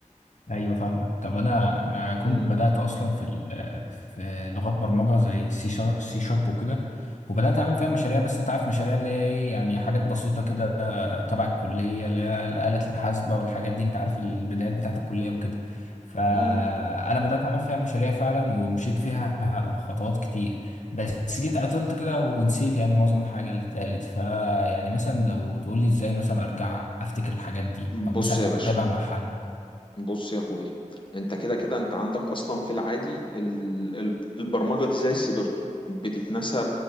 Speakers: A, on the left (about 65°); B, on the left (about 40°).
A: ايوه فاهمك طب انا انا كنت
B: أمم،
A: بدات اصلا في ال- في لغات برمجه زي سي شارب سي شارب وكده وبدات اعمل فيها مشاريع بس انت عارف مشاريع اللي هي ايه يعني حاجات بسيطه كده تبع الكليه اللي هي الاله الحاسبه والحاجات دي انت عارف البدايات بتاعه الكليه وكده فانا
B: أمم.
A: بدات اعمل فيها مشاريع فعلا ومشيت فيها خطوات كتير بس جيت عطلت كده ونسيت يعني معظم الحاجه اللي اتقالت فيعني مثلا لو تقول لي ازاي مثلا ارجع افتكر الحاجات دي او
B: بص
A: مثلا
B: يا باشا
A: اتابع مع حد
B: بص يا اخوي انت كده كده انت عندك اصلا في العادي ال- ال- البرمجه دي زي السيبرتو بتتنسى